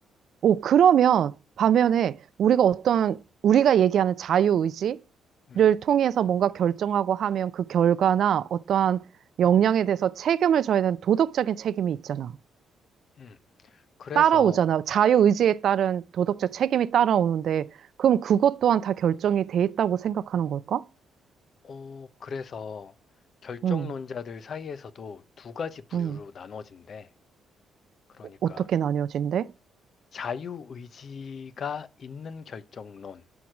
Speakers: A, on the right; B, on the left.
A: 오, 그러면 반면에 우리가 어떤, 우리가 얘기하는 자유의지를
B: 음,
A: 통해서 뭔가 결정하고 하면 그 결과나 어떠한 역량에 대해서 책임을 져야 되는 도덕적인 책임이 있잖아.
B: 음. 그래서
A: 따라오잖아. 자유의지에 따른 도덕적 책임이 따라오는데, 그럼 그것 또한 다 결정이 돼 있다고 생각하는 걸까?
B: 어, 그래서 결정론자들
A: 응,
B: 사이에서도 두 가지 부류로
A: 응.
B: 나눠진대. 그러니까
A: 어, 어떻게 나뉘어진대?
B: 자유의지가 있는 결정론,